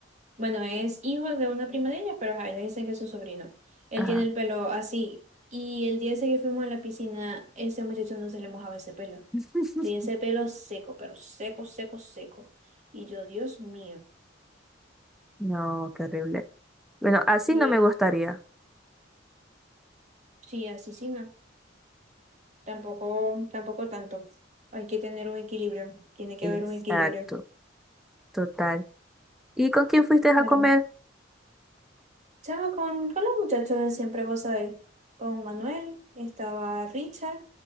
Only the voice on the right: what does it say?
Bueno, es hijo de una prima de ella, pero ajá, ellas dicen que es su sobrino. Él
tiene el pelo así. Y el día ese que fuimos a la piscina, ese muchacho no se le mojaba ese pelo.
Tenía ese pelo seco, pero seco, seco, seco. Y yo, Dios mío.
Yo,
eh,
sí, así sí, no. Tampoco, tampoco tanto. Hay que tener un equilibrio. Tiene que
haber un equilibrio.
Pero
Chama con, con los muchachos de siempre, vos sabéis. Con Manuel, estaba Richard